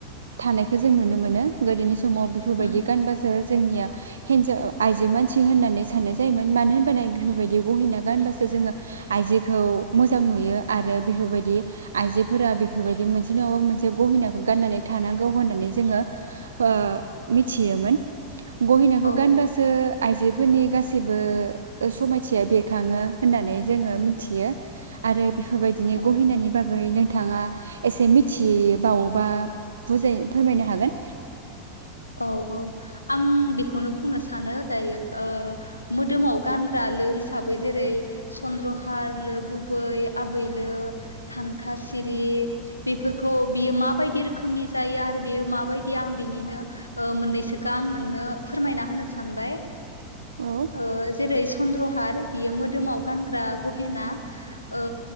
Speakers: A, on the right; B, on the left.
A: थानाय खो जों नुनो मोनो गोदोनि समाव बेफोरबायदि
B: उम
A: बासो जोंनिया हिनजा आइजो मानसि होननानै साननाय जायोमोन मानो होनबा बेफोरबायदि गहिना गानबासो जोङो आइजोखौ मोजां नुयो आरो बेफोरबायदि आइजोफोरा बेफोरबायदि मोनसे नङाबा मोनसे गहिनाखौ गाननानै थानांगौ होननानै जोङो ओ मिथ थियोमोन गहेनाखौ
B: औ
A: गानबासो आइजोफोरनि गासैबो ओ समायथिया बेरखाङो होननानै जोङो मिथियो आरो बेफोरबायदिनो
B: औ
A: गहिनायनि बागै नोंथाङा एसे मिथियिबावोबा बुजाय फोरमायनो हागोन
B: औ औ आं बेखौनो बुंनो सानो दाय ओ मोदोमाव गानग्रा लो हिसाबै जेरै सन्द्रहार लो गुबै आबैलो थानखा सिरि बेफोरखौ बियो माबायदि रोखोमनि जायो आरो बेयो माबायदि आं बिनिनो ओ मोननैसोखो आं नोंनो फोरमायना होनो सानबाय।
A: औ
B: ओ जेरै चन्द्रहार बियो मोदोमाव गानग्रा गहेना ओ